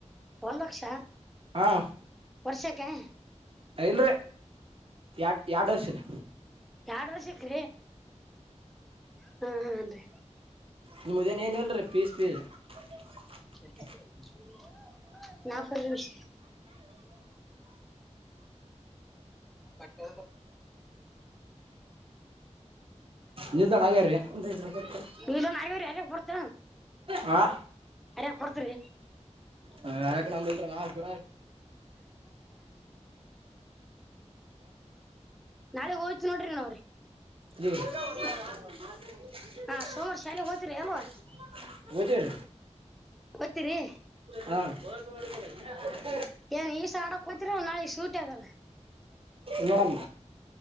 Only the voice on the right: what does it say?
ಹಾ
ಲ್ರೀ ಯಾಡ್ ಯಾಡ್ ವರ್ಷ ರ
ನಿಮ್ಮದ ಏನ ಏನ್ ಹೇಳರಿಪೀಸ್ ಪೀಸ್ <unintelligible>
ನಿಲ್ಂದಾಣ ಆಗ್ಯಾರೀ ಒಂದ ರೂತ್ತು <unintelligible>
ಹಾ
ಹ -ಯಕ ನಂಬಲ್ರ ನಾಲ್ರ
ದ <unintelligible>
ಒತ್ತೀ ರ
ಹಾ <unintelligible>
ನೋಡೋಣ